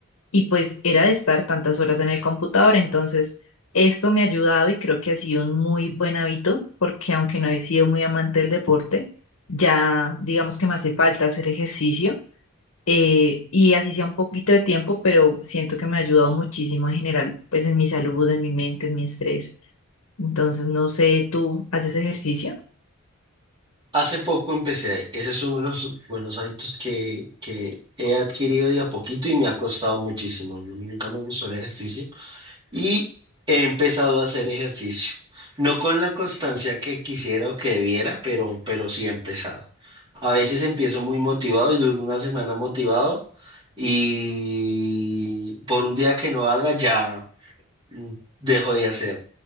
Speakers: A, on the left (about 70°); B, on the right (about 20°).
A: y pues era de estar tantas horas en el computador. Entonces, esto me ha ayudado y creo que ha sido un muy buen hábito porque aunque no he sido muy amante del deporte, ya digamos que me hace falta hacer ejercicio eh, y así sea un poquito de tiempo, pero siento que me ha ayudado muchísimo en general, pues en mi salud, en mi mente, en mi estrés. Entonces, no sé, ¿tú haces ejercicio?
B: Hace poco empecé, ese es uno de los buenos hábitos que, que he adquirido de a poquito y me ha costado muchísimo. yo Nunca me gustó el ejercicio. y he empezado a hacer ejercicio. No con la constancia que quisiera o que debiera, pero, pero sí he empezado. A veces empiezo muy motivado y duro una semana motivado y por un día que no haga ya mm, dejo de hacer.